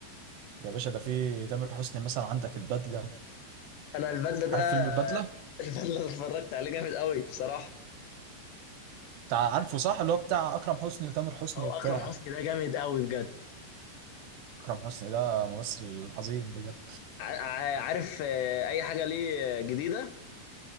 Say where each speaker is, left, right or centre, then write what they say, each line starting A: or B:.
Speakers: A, on the right; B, on the left.
A: يا باشا ده في تامر حسني مثلا عندك البدلة
B: انا البدله ده
A: عارف فيلم البدلة
B: <laughs> البدله اللي اتفرجت عليه جامد قوي بصراحه
A: بتاع عارفه صح اللي هو بتاع اكرم حسني وتامر حسني
B: هو
A: وبتاع
B: اكرم حسني ده جامد قوي بجد
A: اكرم حسني ده ممثل عظيم بجد
B: ع- ع- عارف آه، اي حاجه ليه آه، جديده